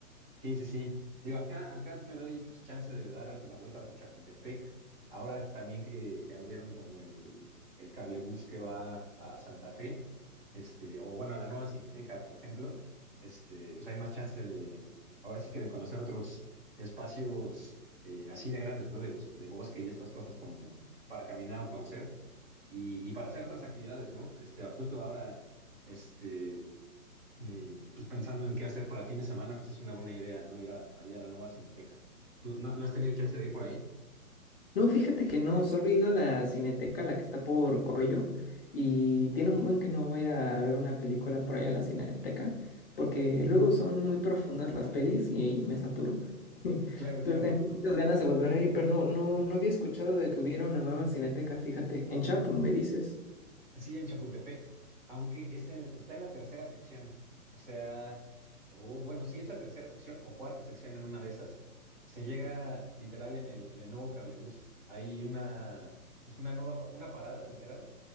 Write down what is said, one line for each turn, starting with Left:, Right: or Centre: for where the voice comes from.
Right: Sí, sí, sí. Digo, acá, acá me doy pues, chance de dar la vuelta por Chapultepec. Ahora también que, que abrieron como el, el cablebús que va a Santa Fe, este, o bueno, a la nueva Cineteca, por ejemplo, este, pues hay más chance de, ahora sí que de conocer otros espacios eh, así de grandes, ¿no? De, bos- de bosque y estas cosas como para caminar o conocer y, y para hacer otras actividades, ¿no? Este, justo ahora, este, eh, pues pensando en qué hacer para fin de semana, pues es una buena idea, ¿no? Ir a- ahí a la Nova Cineteca. ¿Tú no, no has tenido chance de ir por ahí?
Left: No, fíjate que no, solo he ido a la Cineteca, la que está por Coyo, y tiene un buen que no voy a ver una película por allá a la Cineteca, porque luego son muy profundas las pelis y me saturo. <laughs>
Right: Claro, claro.
Left: Pero tengo muchas ganas de volver a ir, pero no, no, no había escuchado de que hubiera una nueva Cineteca, fíjate. En Chapo, me dices.
Right: Sí, en Chapultepec, aunque es en- está en la tercera sección. O sea, o bueno, sí es la tercera sección o cuarta sección en una de esas. Se llega literal en el, en el nuevo cablebús. Hay una, pues una nueva, pa- una parada, literal,